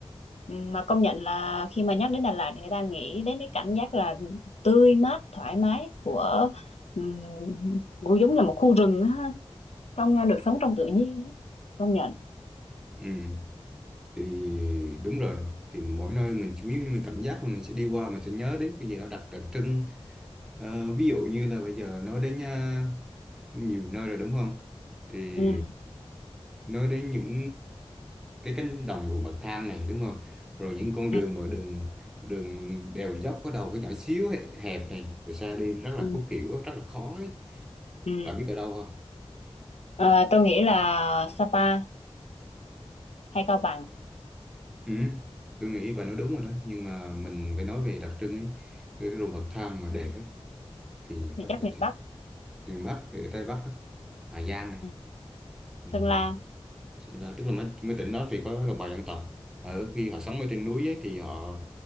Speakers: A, on the left; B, in the centre.
A: Ừ, mà công nhận là khi mà nhắc đến Đà Lạt thì người ta nghĩ đến cái cảm giác là tươi mát thoải mái của um, của giống là một khu rừng á ha trong à, được sống trong tự nhiên công nhận
B: ừ thì đúng rồi thì mỗi nơi mình chỉ- nếu như mình cảm giác là mình sẽ đi qua mình sẽ nhớ đến cái gì đó đặc đặc trưng Ờ, ví dụ như là bây giờ nói đến à, nhiều nơi rồi đúng không thì
A: ừ,
B: nói đến những cái cánh đồng ruộng bậc thang này đúng không rồi những con
A: ừ,
B: đường mà đường đường đèo dốc có đầu có nhỏ xíu hẹp này rồi xa đi rất là
A: ừ,
B: khúc khuỷu rất là khó ấy.
A: ừ.
B: bạn biết ở đâu không
A: Ờ, tôi nghĩ là Sapa hay Cao Bằng
B: Ừ, tôi nghĩ bà nói đúng rồi đó nhưng mà mình phải nói về đặc trưng ấy cái ruộng bậc thang mà đẹp ấy thì
A: thì
B: phải
A: chắc miền
B: thì
A: Bắc
B: miền Bắc thì ở Tây Bắc đó. Hà Giang này
A: Ừ.
B: ừ.
A: Sơn La
B: Chỉ là tức là mấy, mấy tỉnh đó thì có đồng bào dân tộc ở khi họ sống ở trên núi ấy thì họ